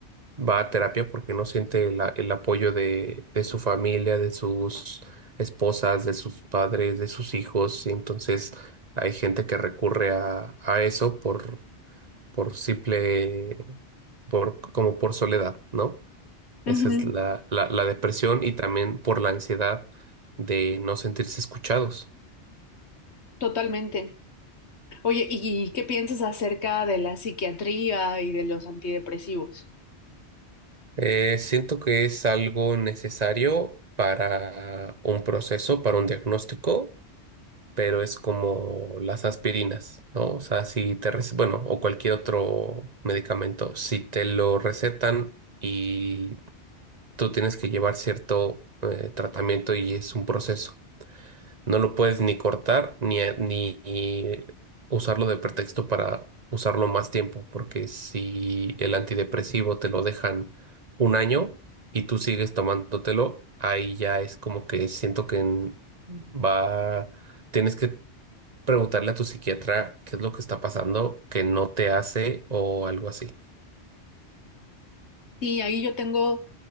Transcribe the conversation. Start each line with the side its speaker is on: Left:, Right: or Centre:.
Right: va a terapia porque no siente la- el apoyo de, de su familia, de sus esposas, de sus padres, de sus hijos, y entonces hay gente que recurre a, a eso por, por simple, por, como por soledad, ¿no? Esa
Left: Ujú,
Right: es la, la la depresión y también por la ansiedad de no sentirse escuchados.
Left: Totalmente. Oye, ¿y qué piensas acerca de la psiquiatría y de los antidepresivos?
Right: Eh, siento que es algo necesario para un proceso, para un diagnóstico, pero es como las aspirinas, ¿no? O sea, si te, rece- bueno, o cualquier otro medicamento, si te lo recetan y tú tienes que llevar cierto eh, tratamiento y es un proceso. No lo puedes ni cortar ni, ni eh, usarlo de pretexto para usarlo más tiempo, porque si el antidepresivo te lo dejan un año y tú sigues tomándotelo, ahí ya es como que siento que en- va, tienes que preguntarle a tu psiquiatra qué es lo que está pasando, que no te hace o algo así.
Left: Sí, ahí yo tengo